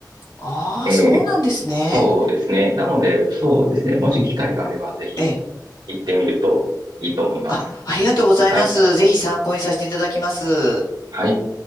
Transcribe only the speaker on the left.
ああ、
そうなんですね。
ええ、
あ、ありがとうございます。
ぜひ参考にさせていただきます。